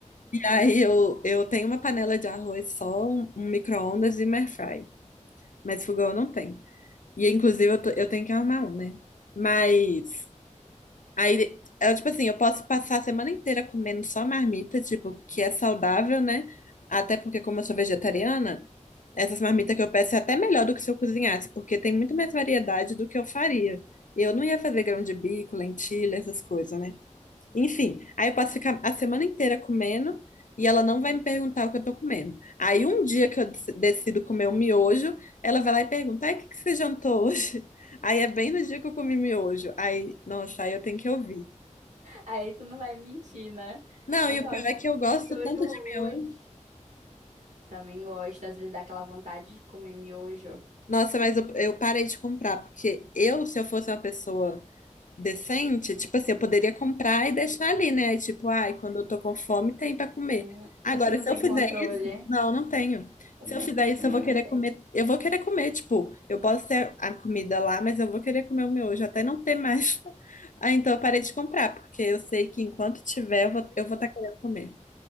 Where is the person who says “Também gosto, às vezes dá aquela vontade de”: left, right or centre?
Right